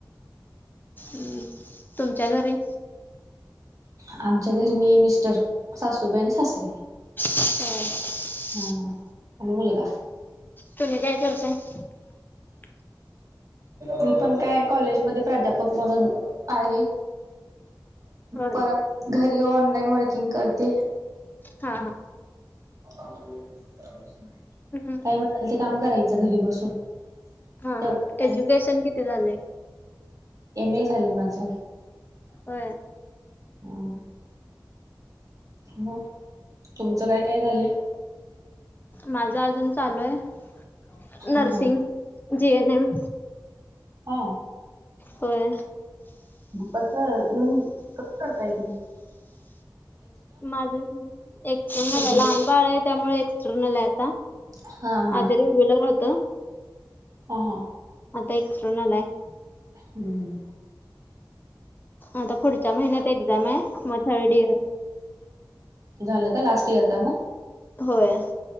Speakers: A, on the left (about 25°); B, on the right (about 45°).
A: हम् तुमच्या घरी
B: आमच्या घरी मी मिस्टर सासूबाई आणि सासरीे
A: ह.
B: हां अनभल का?
A: तुम्ही काय करताय <inaudible>
B: मी पण काय आहे कॉलेज मध्ये प्राध्यापक म्हणून आहे
A: होय
B: परत घरी ऑनलाईन वर्किंग करते
A: हा हा
B: <inaudible>
A: हम्म
B: काय ते काम करायचं घरी बसून
A: हा
B: तेवढ
A: हा
B: टाईम
A: एज्युकेशन किती झाले
B: एम ए झालं माझं
A: हो
B: हम मग तुमचं काय काय झालंय
A: माझा अजून चालू आहे
B: हा
A: नर्सिंग
B: हा
A: जीएनएम
B: हा
A: होय
B: कसून कस करतायक
A: माझं एक्सट्रून झालं
B: रेग्युलर
A: लहान बाळ आहे त्यामुळे एक्स्रून आला आता
B: हा हा
A: अ रे बलर होहत
B: हा हा
A: एक्सटर्नल आहे
B: हम् ह
A: आता पुढच्या महिन्यात एक्झाम आहे मग थर्ड इयर
B: झाल का लास्ट इयर का म
A: होय